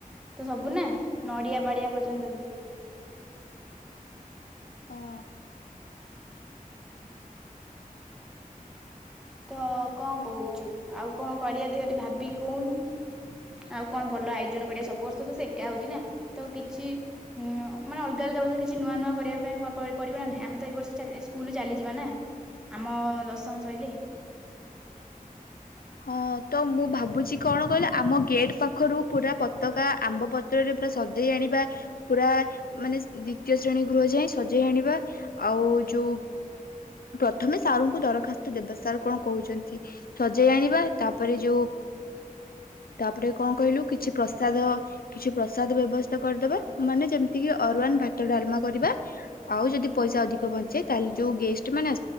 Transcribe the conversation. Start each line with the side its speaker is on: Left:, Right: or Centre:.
Centre: ତ ସବୁ ନା ନଡିଆ ବାଡିଆ ପର୍ଯ୍ୟନ୍ତ ବି
Left: ହଁ।
Centre: ତ କଣ କହୁଛୁ ଆଉ କଣ କରିବା ଦେହଠ ଭାବିକି କହୁନୁ ଆଉ କଣ ଭଲ ଆୟୋଜନ କରିବା। ସବୁ ବର୍ଷ ତ ସେ ଏକା ହଉଛି ନା। ତ କିଛି ଉଁ ମାନେ ଅଲଗା ଅଲଗାଷ କିଛି ନୂଆ ନୂଆ କରିବା ପାଇଁ ପଡିବ ନା ନାଇଁ। ଆମେ ତ ଏଇ ବର୍ଷ ସ୍କୁଲ ଚାଲିଯିବା ନା ଆମ ଦଶମ ସାଇଲେ।
Left: ହଁ ତ ମୁଁ ଭାବୁଛି କଣ କହିଲ ଆମ ଗେଟ ପାଖରୁ ପୁରା ପତାକା ଆମ୍ବ ପତ୍ରରେ ପୁରା ସଜେଇ ଆଣ ବା ପୁରା ମାନେ ଦ୍ଵିତୀୟ ଶ୍ରେଣୀ ଗୃହ ଯାଇଏ ସଜେଇ ଆଣିବା ଆଉ ଯୋଉ ପ୍ରଥମେ ସାରର୍ଙ୍କୁ ଦରଖାସ୍ତ ଦେବା ସାର୍ କଣ କହୁଛନ୍ତି? ସଜ ଯେ ଆଣିବା ତାପରେ ଯୋଉ ତାପରେ କଣ କହିଲୁ କିଛି। ପ୍ରସାଦ କିଛି ପ୍ରସାଦ ବ୍ୟବସ୍ଥା କରିଦବା। ମାନେ ଯେମିତି କିି ଅରୁୱନ୍ ଭାତ ଡାଲମା କରିବା ଆଉ ଯଦି ପଇସା ଅଧିକ ବଞ୍ଚେ ତାହେଲେ ଯୋଉ ଗେଷ୍ଟ ମାନେ